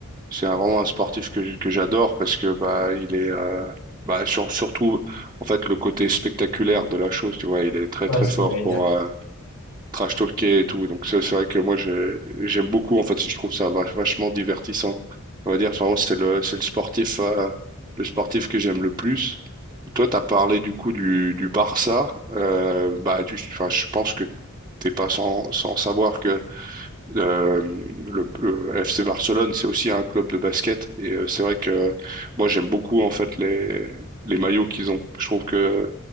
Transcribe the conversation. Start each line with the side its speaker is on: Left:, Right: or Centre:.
Right: c'est un- vraiment un sportif que, j- que j'adore parce que bah, il est, euh, bah, sur- surtout, en fait, le côté spectaculaire de la chose, tu vois, il est très
Left: Ouais,
Right: très
Left: ce
Right: fort
Left: que j'allais
Right: pour,
Left: dire.
Right: euh, trash talker et tout. Donc c'est c'est vrai que moi je- j'aime beaucoup en fait, je trouve ça va- vachement divertissant. On va dire enfin, c'est le c'est le sportif euh, le sportif que j'aime le plus. Toi t'as parlé du coup du du Barça euh, bah tu enfin je pense que t'es pas sans sans savoir que euh, le, le FC Barcelone c'est aussi un club de basket et euh, c'est vrai que moi j'aime beaucoup en fait les les maillots qu'ils ont. Je trouve que